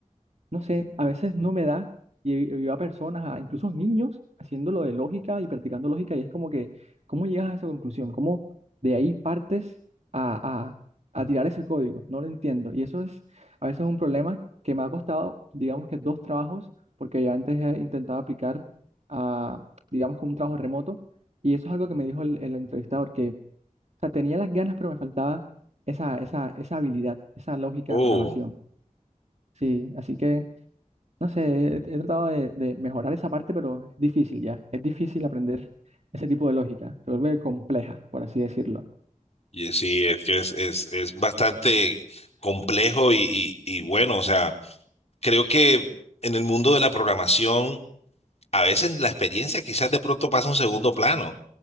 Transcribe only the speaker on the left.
Oh,
y sí, es que es, es, es bastante complejo y, y, y bueno, o sea, creo que en el mundo de la programación. A veces la experiencia quizás de pronto pasa a un segundo plano.